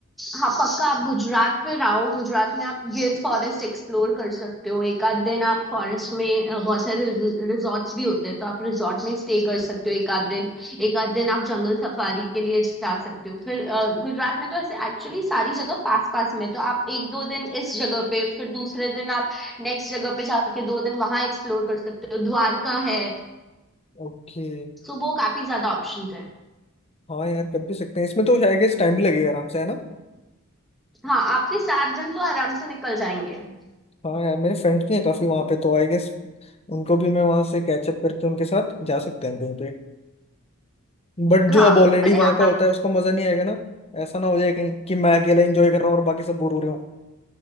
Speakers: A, in the centre; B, on the left (about 30°).
A: हाँ पक्का आप गुजरात फिर आओ गुजरात में आप गिर फॉरेस्ट एक्सप्लोर कर सकते हो एक आध दिन आप फॉरेस्ट में अ, बहुत सारे रिजॉर्ट्स भी होते हैं तो आप रिजॉर्ट में स्टे कर सकते हो एक आध दिन एक आध दिन आप जंगल सफारी के लिए जा सकते हो फिर अ, गुजरात में तो ऐसे एक्चुअली सारी जगह पास पास में है। तो आप एक दो दिन इस जगह पे फिर दूसरे दिन आप नेक्स्ट जगह पे जाके दो दिन वहां एक्सप्लोर कर सकते हो द्वारका है
B: ओके
A: तो वो काफी ज्यादा ऑप्शंस है
B: हाँ यार कर भी सकते हैं इसमें तो आई गेस टाइम भी लगेगा आराम से है ना
A: हाँ आपके सात दिन तो आराम से निकल जाएंगे
B: हाँ यार मेरे फ्रेंड्स भी हैं काफी वहां पे तो आई गेस उनको भी मैं वहां से कैचअप करके उनके साथ जा सकते हैं कहीं पे बट
A: हाँ
B: जो अब ऑलरेडी
A: अरे
B: वहां
A: आप
B: का होता है उसको मजा नहीं आएगा ना ऐसा ना हो जाए कहीं कि मैं अकेला एंजॉय कर रहा हूँ और बाकी सब बोर हो रहे हो